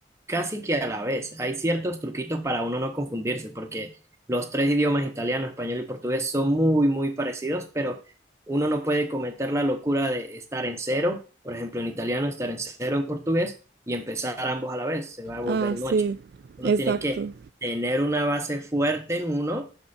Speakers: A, on the right (about 15°); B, on the right (about 60°).
A: casi que a la vez. Hay ciertos truquitos para uno no confundirse, porque los tres idiomas, italiano, español y portugués, son muy, muy parecidos, pero uno no puede cometer la locura de estar en cero, por ejemplo, en italiano, estar en cero en portugués y empezar ambos a la vez, se va a volver
B: Ah,
A: un
B: sí,
A: ocho. Uno
B: exacto.
A: tiene que tener una base fuerte en uno